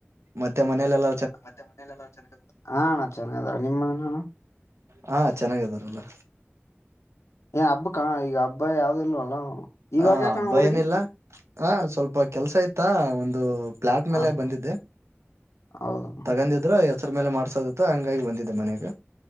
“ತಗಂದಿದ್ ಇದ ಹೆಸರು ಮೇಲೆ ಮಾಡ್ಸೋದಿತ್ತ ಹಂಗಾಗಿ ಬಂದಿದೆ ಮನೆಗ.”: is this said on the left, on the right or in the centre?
Right